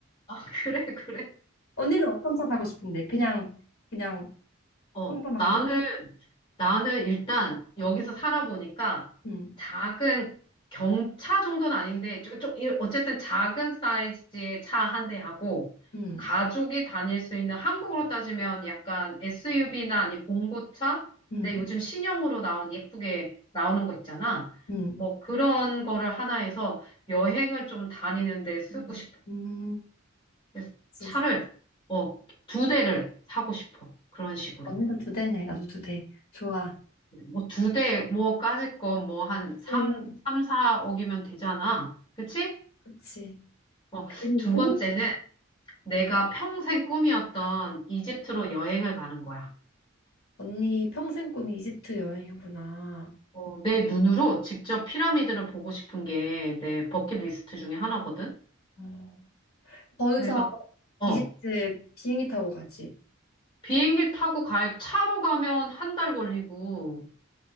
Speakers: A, on the left (about 25°); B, on the left (about 90°).
A: 아, 그래, 그래.
B: 언니는 어떤 차 사고 싶은데? 그냥, 그냥
A: 어,
B: 평범한
A: 나는
B: 거?
A: 나는 일단 여기서 살아보니까
B: 응,
A: 작은 경차 정도는 아닌데, 좀, 좀, 이- 어쨌든 작은 사이즈의 차 한 대하고,
B: 응,
A: 가족이 다닐 수 있는 한국으로 따지면 약간 SUV나 아니 봉고차?
B: 응,
A: 근데 요즘 신형으로 나온 예쁘게 나오는 거 있잖아.
B: 응,
A: 뭐 그런 거를 하나 해서 여행을 좀 다니는데 쓰고
B: 응,
A: 싶어.
B: 응.
A: 그래서
B: 그치,
A: 차를,
B: 그치.
A: 어, 두 대를 사고 싶어. 그런 식으로.
B: 언니도 두 대네, 나도 두 대. 좋아.
A: 뭐 두 대, 뭐 까짓 거 뭐 한 삼삼사억이면
B: 그치,
A: 되잖아. 그치?
B: 그치.
A: 어,
B: 그리고
A: 두 번째는 내가 평생 꿈이었던 이집트로 여행을 가는 거야.
B: 언니 평생 꿈이 이집트 여행이구나.
A: 어, 내 눈으로 직접 피라미드를 보고 싶은 게 내 버킷리스트 중에 하나거든.
B: 어. 거기서
A: 그래서, 어,
B: 이집트 비행기 타고 가지.
A: 비행기 타고 갈, 차로 가면 한 달 걸리고,